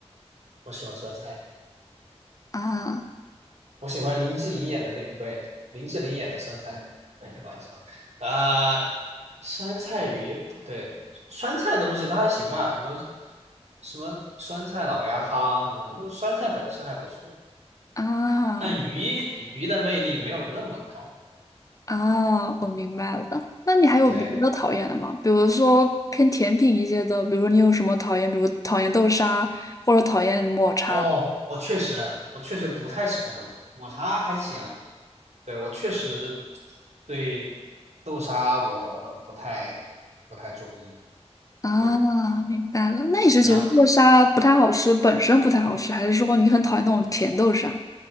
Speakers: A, on the right; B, on the left.
A: 我喜欢酸菜。
B: 啊
A: 我喜欢林志颖演的那个，不对，林志玲演的酸菜，哎开玩笑，啊、酸菜鱼，对，酸菜的东西它还行吧，什么什么酸菜老鸭汤，什么就酸菜本身还不错，
B: 啊，
A: 但鱼鱼的魅力没有那么高。
B: 啊，我明白了。那你还有别的讨厌的吗？
A: 对，
B: 比如说偏甜品一些的，比如说你有什么讨厌，比如讨厌豆沙或者讨厌抹茶
A: 哦，我确实，我确实不太喜欢豆沙，抹茶还行，对，我确实对豆沙我不太不太中意。
B: 啊，
A: 对。
B: 明白了。那你是觉得豆沙不太好吃，
A: 然后。
B: 本身不太好吃，还是说你很讨厌那种甜豆沙